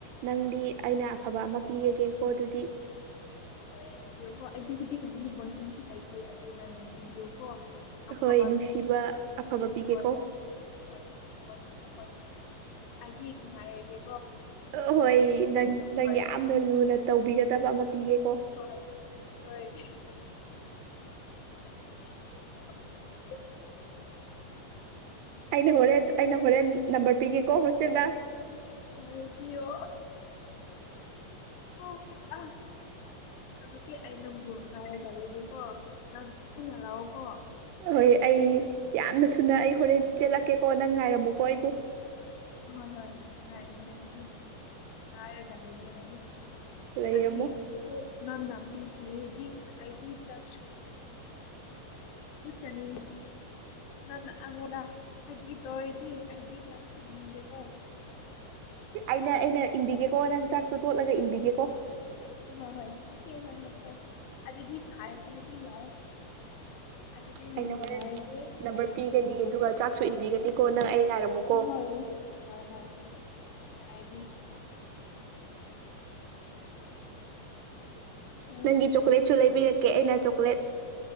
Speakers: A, on the right; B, on the left.
A: ꯅꯪꯗꯤ ꯑꯩꯅ ꯑꯐꯕ ꯑꯃ ꯄꯤꯔꯒꯦꯀꯣ ꯑꯗꯨꯗꯤ
B: ꯑꯣ ꯏꯤꯌꯣꯀꯣ ꯑꯩꯒꯤ ꯍꯧꯖꯤꯛꯀꯥꯟꯒꯤ ꯕꯣꯏ ꯐ꯭ꯔꯦꯟꯁꯨ ꯂꯩꯇꯦ ꯑꯗꯨꯅ ꯅꯪ ꯊꯤꯕꯤꯌꯨꯀꯣ ꯑꯐꯕ
A: ꯍꯣꯏ ꯅꯨꯡꯁꯤꯕ
B: ꯅꯨꯄꯥ
A: ꯑꯐꯕ ꯄꯤꯒꯦꯀꯣ
B: ꯍꯣꯏ ꯍꯣꯏ ꯑꯐꯕ ꯅꯨꯄꯥ ꯍꯣꯏ ꯑꯩꯗꯤ ꯉꯥꯏꯔꯒꯦ
A: ꯑ ꯍꯣꯏ ꯅꯪ ꯅꯪ
B: ꯍꯣꯏ
A: ꯌꯥꯝꯅ ꯂꯨꯅ ꯇꯧꯕꯤꯒꯗꯕ ꯑꯃ ꯄꯤꯒꯦ ꯀꯣ
B: ꯍꯣꯏ ꯍꯣꯏ <unintelligible>
A: ꯑꯩꯅ ꯍꯣꯔꯦꯜ ꯑꯩꯅ ꯍꯣꯔꯦꯜ ꯅꯝꯕꯔ ꯄꯤꯒꯦꯀꯣ ꯍꯣꯁꯇꯦꯜꯗ
B: ꯍꯣꯏ ꯄꯤꯌꯣ ꯑꯣ ꯍꯣ ꯑ ꯑꯗꯨꯗꯤ ꯑꯩ ꯅꯪꯕꯨ ꯉꯥꯏꯔꯒ ꯂꯩꯒꯦꯀꯣ ꯅꯪ ꯊꯨꯅ ꯂꯥꯛꯑꯣꯀꯣ
A: ꯍꯣꯏ ꯑꯩ ꯌꯥꯝꯅ ꯊꯨꯅ ꯑꯩ ꯍꯣꯔꯦꯜ ꯆꯦꯜꯂꯛꯀꯦꯀꯣ ꯅꯪ ꯉꯥꯏꯔꯝꯃꯣꯀꯣ ꯑꯩꯕꯨ
B: ꯍꯣꯏ ꯍꯣꯏ ꯉꯥꯏꯔꯒꯦ ꯑꯩꯗꯤ ꯉꯥꯏꯔꯒ ꯂꯩꯒꯦ ꯑꯩꯗꯤ
A: ꯂꯩꯔꯝꯃꯣ
B: ꯍꯥꯏꯗꯤ ꯅꯟꯅ ꯄꯤꯗ꯭ꯔꯤꯗꯤ ꯑꯩꯗꯤ ꯆꯥꯛꯁꯨ ꯆꯅꯤꯡꯉꯤ ꯅꯪꯅ ꯑꯩꯉꯣꯟꯗ ꯐꯥꯒꯤ ꯇꯧꯔꯤꯗꯤ ꯑꯩꯗꯤ ꯆꯥꯛꯁꯨ ꯅꯗꯦꯕꯣ
A: ꯑꯩꯅ ꯑꯩꯅ ꯏꯟꯕꯤꯒꯦꯀꯣ ꯅꯪ ꯆꯥꯛꯇꯣ ꯇꯣꯠꯂꯒ ꯏꯟꯕꯤꯒꯦꯀꯣ
B: ꯍꯣꯏ ꯍꯣꯏ ꯑꯣꯀꯦ ꯍꯣꯏ ꯍꯣꯏ ꯍꯣꯏ ꯑꯗꯨꯗꯤ ꯐꯔꯦ ꯑꯗꯨꯗꯤ ꯌꯥꯏ ꯑꯗꯨꯗꯤ ꯅꯪꯕꯨ
A: ꯑꯩꯅ ꯍꯣꯔꯦꯟ
B: ꯅꯥꯏꯔꯒꯦ
A: ꯅꯝꯕꯔ ꯄꯤꯒꯅꯤ ꯑꯗꯨꯒ ꯆꯥꯛꯁꯨ ꯏꯟꯕꯤꯒꯅꯤꯀꯣ ꯅꯪ ꯑꯩ ꯉꯥꯏꯔꯝꯃꯨꯀꯣ
B: ꯑ ꯍꯣꯏ ꯍꯣꯏ ꯍꯣꯏ ꯉꯔꯒꯤ ꯎꯝ
A: ꯅꯪꯒꯤ ꯆꯣꯀ꯭ꯂꯦꯠꯁꯨ ꯂꯩꯕꯤꯔꯛ ꯀꯦ ꯑꯩꯅ ꯆꯣꯀ꯭ꯂꯦꯠ